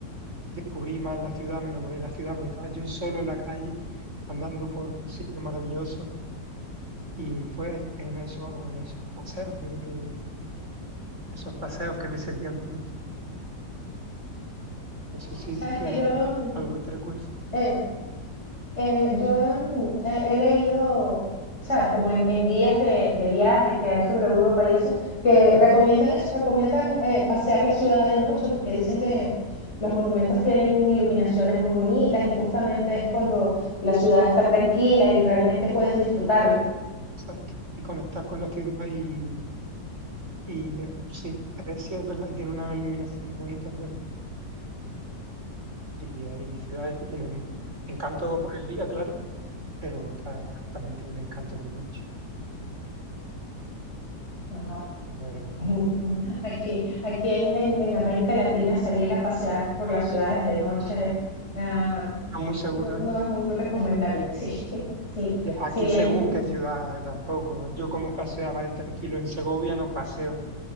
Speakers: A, on the right; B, on the left.
A: descubrí más la ciudad, me enamoré de la ciudad porque estaba yo solo en la calle, andando por sitios maravillosos Y fue ahí, en esos, en esos paseos, en lo que, esos paseos que me servían tanto. No sé
B: Oh,
A: si
B: sabes
A: tú tienes
B: que yo,
A: algo que te recuerde.
B: eh, Eh, yo mm, he, he leído, ¿sabes? Como en, en guías de, de viaje que hay sobre Europa y eso, que recomiendan eso, recomiendan eh, pasear la ciudad de noche porque dicen que los monumentos tienen iluminaciones muy bonitas y justamente es cuando la ciudad está tranquila y realmente puedes disfrutarla.
A: Exacto. Y conectar con la ciudad y, y eh, sí, eh, sí es verdad, y tiene una iluminación muy bonita, es verdad. Y hay ciudades que tienen encanto por el día, claro, pero ta- también tienen encanto por la noche,
B: Ah,
A: la verdad.
B: <laughs> Aquí, aquí en, en- en América Latina salir a pasear por las ciudades de noche ah,
A: No muy seguro,
B: no,
A: ¿no?
B: no es muy
A: <laughs>
B: recomendable. Sí, <laughs> sí.
A: Ya, Aquí
B: Si bien
A: según qué ciudad tampoco. Yo como paseaba de tranquilo en Segovia, no paseo